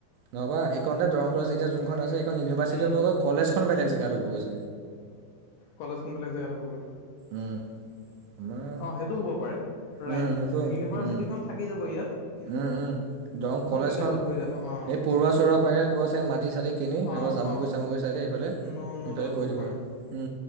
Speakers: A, on the right (about 85°); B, on the left (about 75°).
A: নহবা এইখননেতে দৰং কলেজ এতিয়া যোনখন আছে এখন ইউনিভাৰ্চিটিত
B: উম,
A: কলেজ খন বেলেগ জেগাত হ'ব গৈছে।
B: কলেজখন বেলেগ জেগাত হ'বগৈ।
A: উম, আমাৰ
B: অ' সেইটো হ'ব পাৰে ৰাইট
A: উম, সেইটোৱে
B: ইউনিভাৰ্চিটিখন
A: উম,
B: থাকি যাব ইয়াত।
A: উম উম দৰং কলেজখন
B: বেলেগত হৈ যাব অ
A: এই পৰুৱা চৰুৱা ফাইৰে ক'ব চাগে মাটি চাটি কিনি
B: অ
A: নব জামুগুৰি
B: অ
A: চামুগুৰি চাইদে এইফালে সফালে
B: ন' ন' ডাউট
A: কৰি
B: হ'ব
A: দিব
B: পাৰে।
A: আৰু।